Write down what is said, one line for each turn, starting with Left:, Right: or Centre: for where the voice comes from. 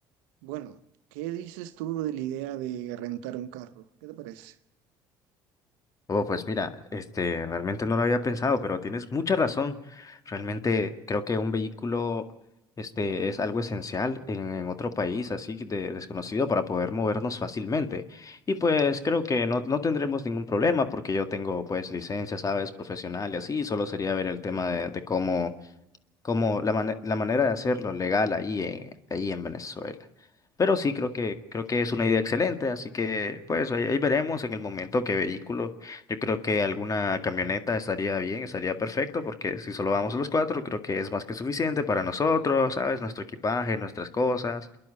Right: Bueno, ¿qué dices tú de la idea de rentar un carro? ¿Qué te parece?
Left: Oh, pues mira, este, realmente no lo había pensado, pero tienes mucha razón. Realmente creo que un vehículo, este, es algo esencial en, en otro país así de desconocido para poder movernos fácilmente. Y pues creo que no, no tendremos ningún problema porque yo tengo pues licencia, sabes, profesional y así, solo sería ver el tema de, de cómo como la, mane- la manera de hacerlo legal ahí en, ahí en Venezuela. Pero sí, creo que, creo que es una idea excelente, así que pues ahí, ahí veremos en el momento qué vehículo. Yo creo que alguna camioneta estaría bien, estaría perfecto, porque si solo vamos los cuatro, creo que es más que suficiente para nosotros, ¿sabes? Nuestro equipaje, nuestras cosas